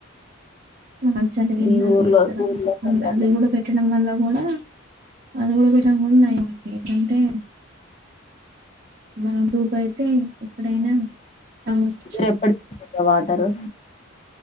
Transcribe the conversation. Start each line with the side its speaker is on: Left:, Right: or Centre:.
Right: మ చలివేంద్రాలు
Left: ఈ ఊర్లో
Right: పెడతారు
Left: ఊర్లో
Right: అ
Left: సెంటర్లో
Right: అది కూడా పెట్టడం వల్ల కూడా అది కూడ <unintelligible> కూడా ఉన్నాయండి ఏంటంటే మనం దుపయితే ఎక్కడైనా తాగొచ్చు.
Left: రెప వాటరు